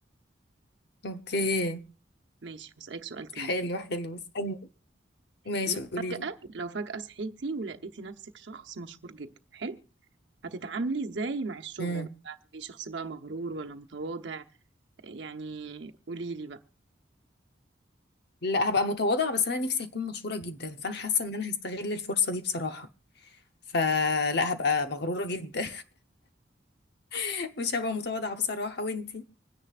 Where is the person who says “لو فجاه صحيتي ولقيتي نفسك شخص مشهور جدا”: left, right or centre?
Right